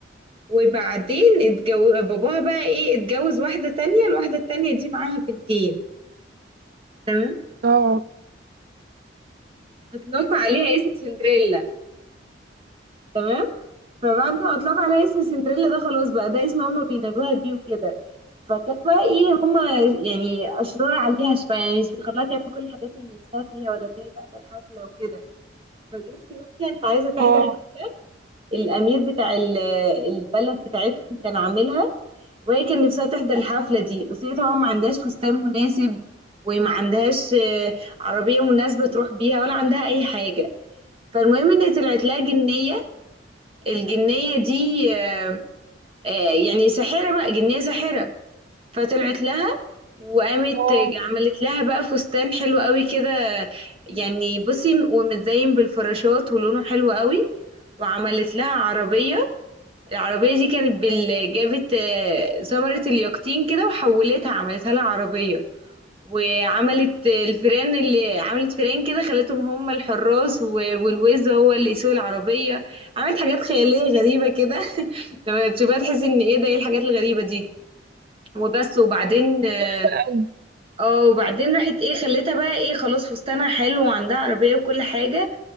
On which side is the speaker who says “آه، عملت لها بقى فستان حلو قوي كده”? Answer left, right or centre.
Right